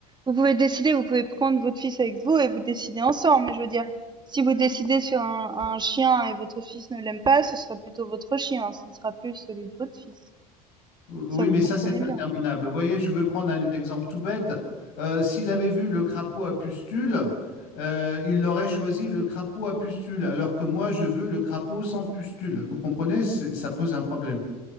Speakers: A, on the right (about 20°); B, on the left (about 60°).
A: vous pouvez décider, vous pouvez prendre votre fils avec vous et vous décider ensemble. Mais je veux dire, si vous décidez sur un, un chien et votre fils ne l'aime pas, ce sera plutôt votre chien, ce ne sera plus celui de votre fils.
B: Oui,
A: Ça, vous
B: mais
A: comprenez
B: ça, c'est
A: bien.
B: interminable. Vous voyez, je veux prendre un exemple tout bête. Euh, s'il avait vu le crapaud à pustules, euh, il aurait choisi le crapaud à pustules, alors que moi, je veux le crapaud sans pustules. Vous comprenez? C'est- Ça pose un problème.